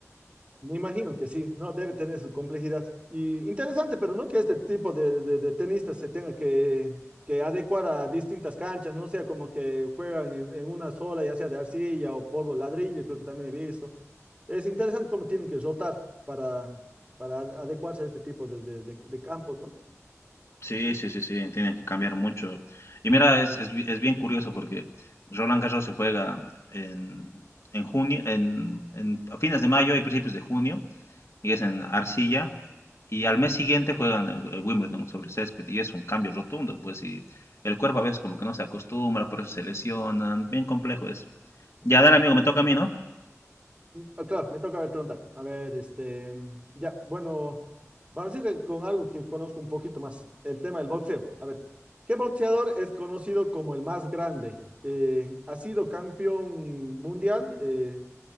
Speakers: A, on the right (about 25°); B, on the left (about 60°).
A: Me imagino que sí, no debe tener su complejidad. Y interesante, pero no que este tipo de, de- de tenistas se tenga que, que adecuar a distintas canchas, no sea como que juegan en, en una sola, ya sea de arcilla o polvo ladrillo, creo que también he visto. Es interesante cómo tienen que rotar para, para adecuarse a este tipo de, de- de- de campos, ¿no?
B: Sí, sí, sí, sí, tienen que cambiar mucho. Y mira, es, es, bi- es bien curioso porque Roland Garros se juega en, en junio, en, en- a fines de mayo y principios de junio, y es en arcilla. Y al mes siguiente juegan eh, el- Wimbledon sobre césped y es un cambio rotundo, pues, y el cuerpo a veces como que no se acostumbra, por eso se lesionan, bien complejo es. Ya, dale, amigo, me toca a mí, ¿no?
A: Ah, Claro, me toca ver preguntar. A ver, este, ya, bueno, vamos a ir con algo que conozco un poquito más, el tema del boxeo. A ver, ¿qué boxeador es conocido como el más grande? Eh, ha sido campeón mundial eh,